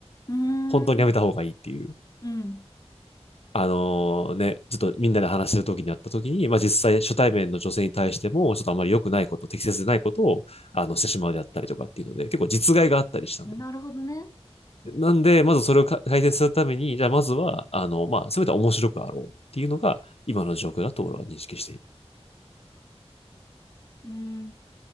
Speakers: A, on the left; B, on the left.
A: うーん。
B: 本当にやめた方がいいっていう。
A: うん。
B: あのーね、ちょっとみんなで話してる時にあった時に、まあ実際初対面の女性に対しても、ちょっとあまり良くないこと、適切でないことを、あの、してしまうであったりとかっていうので、結構実害があったりしたんだよ。
A: なるほどね。
B: なんで、まずそれをか改善するために、じゃあまずは、あの、まあ、せめて面白くあろうっていうのが、今の状況だと俺は認識している。
A: うん。